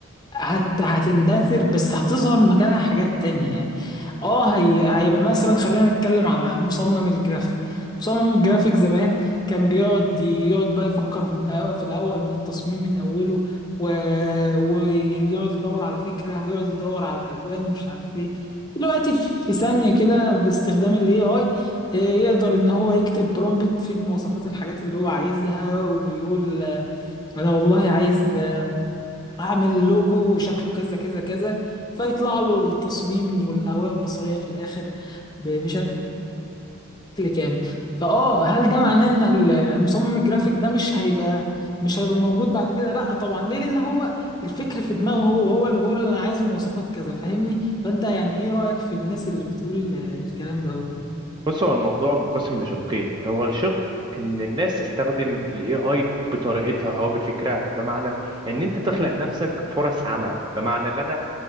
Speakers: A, on the left; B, on the right.
A: هت... هتندثر بس هتظهر مكانها حاجات تانية يعني اه هي... هيبقى مثلا خلينا نتكلم على مصمم الجرافيك مصمم الجرافيك زمان كان بيقعد يقعد بقى يفكر من الأول في الأول من التصميم من أوله و... ويقعد يدور على فكرة ويقعد يدور على الألوان ومش عارف ايه دلوقتي في ثانية كده باستخدام ال AI إيه، آي آه، يقدر إن هو يكتب برومبت فيه المواصفات الحاجات اللي هو عايزها ويقول أنا والله عايز اعمل لوجو وشكله كذا كذا كذا فيطلع له التصميم والهوية البصرية في الاخر ب- بشكل كامل فاه هل ده معناه ان المصمم الجرافيك ده مش هيبقى مش هيبقى موجود بعد كده لا طبعا ليه لان هو الفكر في دماغه هو هو اللي بيقول انا عايز المواصفات كذا فاهمني فانت يعني ايه رأيك في الناس اللي بتقول آه، الكلام ده هو
B: بص هو الموضوع منقسم لشقين هو الشق ان الناس تستخدم ال AI بطريقتها او بفكرها بمعنى ان انت تخلق لنفسك فرص عمل بمعنى ان انا